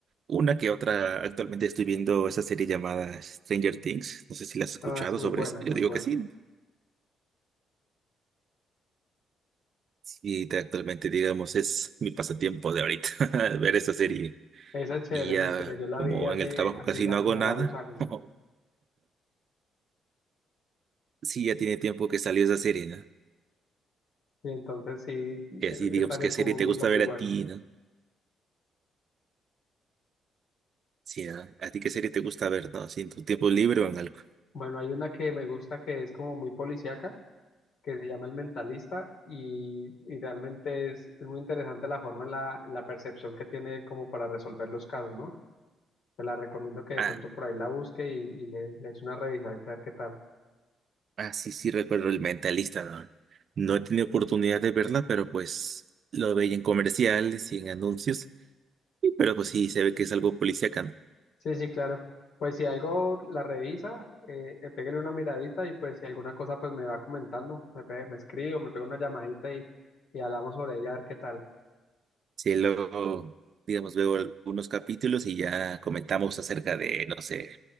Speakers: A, on the right; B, on the left.
A: Una que otra, actualmente estoy viendo esa serie llamada Stranger Things. No sé si la has escuchado
B: No, es muy
A: sobre
B: buena,
A: eso. Yo
B: es muy
A: digo
B: buena.
A: que sí. Sí, te- actualmente, digamos, es mi pasatiempo de ahorita, <laughs> ver esa serie.
B: Esa es chévere,
A: Y ya,
B: esa es chévere. Yo la
A: como
B: vi hace,
A: en el trabajo
B: hace
A: casi
B: ya
A: no
B: como
A: hago nada,
B: varios años.
A: <laughs> sí, ya tiene tiempo que salió esa serie, ¿no?
B: Y entonces sí, es,
A: Y así, digamos,
B: es también
A: ¿qué
B: como
A: serie
B: un
A: te
B: mundo
A: gusta
B: muy
A: ver
B: bueno.
A: a ti, ¿no? Sí, ¿no? ¿A ti qué serie te gusta ver, ¿no? Así en tu tiempo libre o en algo.
B: Bueno, hay una que me gusta que es como muy policíaca que se llama El Mentalista y, y realmente es, es muy interesante la forma en la, en la percepción que tiene él como para resolver los casos, ¿no? Te la recomiendo que de
A: Ah,
B: pronto por ahí la busque y, y le, le eche una revisadita a ver qué tal.
A: Ah, sí, sí, recuerdo el mentalista, ¿no? No he tenido oportunidad de verla, pero pues lo veía en comerciales y en anuncios, y- pero pues sí, se ve que es algo policíaco, ¿no?
B: Sí, sí, claro. Pues si algo la revisa, eh, eh, pégale una miradita y pues si alguna cosa pues me va comentando, me, pe- me escribe o me pega una llamadita y, y hablamos sobre ella a ver qué tal.
A: Sí, luego, digamos, veo algunos capítulos y ya comentamos acerca de, no sé,